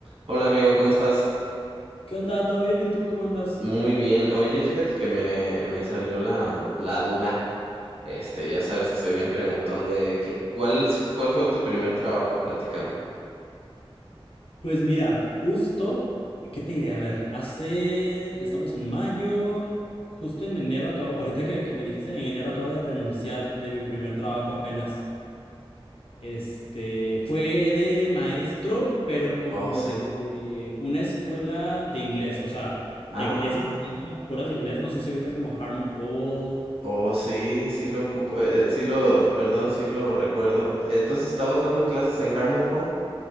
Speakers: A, on the right; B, on the left.
A: Hola amigo, ¿cómo estás?
B: ¿Qué onda? ¿Todo bien? ¿Y tú cómo andas?
A: Muy bien. Oye, fíjate que me, me salió la, la duda. Este, ya sabes que soy bien preguntón de qué, ¿cuál, cuál fue tu primer trabajo? Platícame.
B: Pues mira, justo, ¿qué te diré? A ver, hace, estamos en mayo, justo en enero acabo, ahorita que, que me dijiste, en enero acabo de renunciar de mi primer trabajo apenas. Este, fue de maestro, pero como
A: Oh, sí.
B: de eh, una escuela de inglés, o sea, de,
A: Ah,
B: de esas que tienen como puras de inglés, no sé si ubicas como Harmon Hall.
A: oh, sí, sí lo ocupo. eh, sí lo, perdón, sí lo recuerdo. Entonces, ¿estabas dando clases en Harmon Hall?